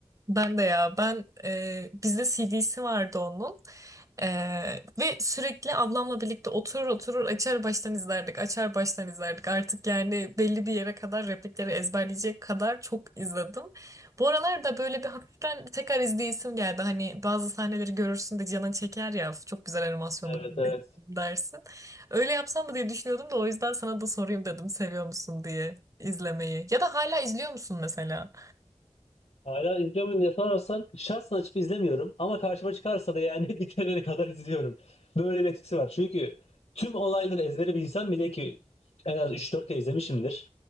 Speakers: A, on the right (about 30°); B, on the left (about 65°).
A: Ben de ya ben e, bizde CD'si vardı onun E, ve sürekli ablamla birlikte oturur oturur açar baştan izlerdik açar baştan izlerdik artık yani belli bir yere kadar replikleri ezberleyecek kadar çok izledim. Bu aralar da böyle bir hafiften tekrar izleyesim geldi hani bazı sahneleri görürsün de canın çeker ya çok güzel animasyonu
B: Evet evet.
A: <laughs> dersin. Öyle yapsam mı diye düşünüyordum da o yüzden sana da sorayım dedim seviyor musun diye izlemeyi ya da hala izliyor musun mesela?
B: Hala izliyor muyum diye sorarsan şahsen açıp izlemiyorum ama karşıma çıkarsa da yani <laughs> bitirene kadar izliyorum. Böyle bir etkisi var. Çünkü tüm olayları ezbere bilsem bile ki en az üç dört kere izlemişimdir.